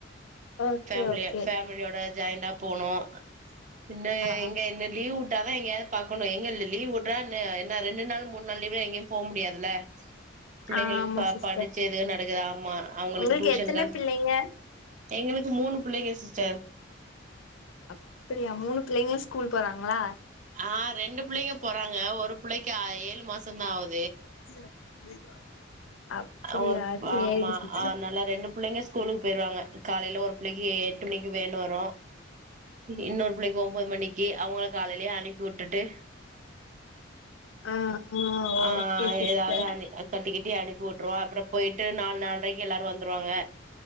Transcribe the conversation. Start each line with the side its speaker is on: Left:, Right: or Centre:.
Left: ஓகே
Right: ஃபேமிலியா
Left: ஓகே
Right: ஃபேமிலியோட ஜாயிண்டா போனோ இன்ன
Left: ஆ
Right: எங்க என்ன லீவ் விட்ட தா எங்கேயாவது பாக்கணும் எங்க லீவ் விடுறா என்ன ரெண்டு நாள் மூணு நாள் லீவுல எங்கேயும் போ முடியாதுல பிள்ளைங்களுக்கு
Left: ஆமா
Right: பா
Left: சிஸ்டர்
Right: படிச்சு எதுக்க நடக்குதா ஆமா அவங்களுக்கு
Left: உங்களுக்கு
Right: டியூஷனுக்கு
Left: எத்தன
Right: அனுப்
Left: பிள்ளைங்க
Right: எங்களுக்கு மூணு பிள்ளைங்க சிஸ்டர்
Left: அப்படியா மூணு பிள்ளைங்களும் ஸ்கூல் போறாங்களா
Right: ஆஹ் ரெண்டு பிள்ளைங்க போறாங்க ஒரு பிள்ளைக்கு ஏழு மாசம் தான் ஆகுது
Left: <unintelligible> அப்பிடியா
Right: ஒரு
Left: சேரி
Right: ஆமா
Left: சிஸ்டர்
Right: ஆஹ் நல்லா ரெண்டு பிள்ளைங்க ஸ்கூலுக்கு போயிருவாங்க காலையில ஒரு பிள்ளைக்கு எட்டு மணிக்கு வேன் வரும் இன்னொரு பிள்ளைக்கு ஒன்பது மணிக்கு அவுங்க காலையில அப்டியே அனுப்பி விட்டுட்டு
Left: ஆ ஆ
Right: ஆஹ்
Left: ஓகே சிஸ்டர்
Right: ஏதாவது அனு கட்டிக்கிட்டி அனுப்பி விட்டுருவோம் அப்புறம் போயிட்டு நாலு நால்ரைக்கு எல்லாரும் வந்து வருவாங்க